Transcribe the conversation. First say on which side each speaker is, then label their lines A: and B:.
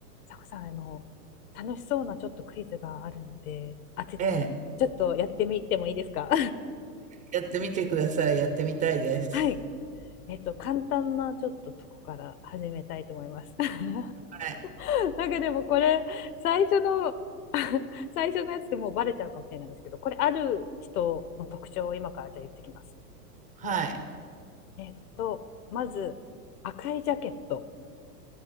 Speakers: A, on the left; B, on the right.
A: さこさん、あの、楽しそうなちょっとクイズがあるので、あて、
B: ええ、
A: ちょっとやってみてもいいですか
B: やってみてください。やってみたいです。
A: <laughs> はい。えっと、簡単なちょっととこから始めたいと思います。<laughs>
B: はい。
A: なんかでもこれ、最初の <laughs> 最初のやつでもうバレちゃうかもしれないんですけど、これある人の特徴を今からじゃあ言ってきます。
B: はい。
A: えっと、まず、赤いジャケット。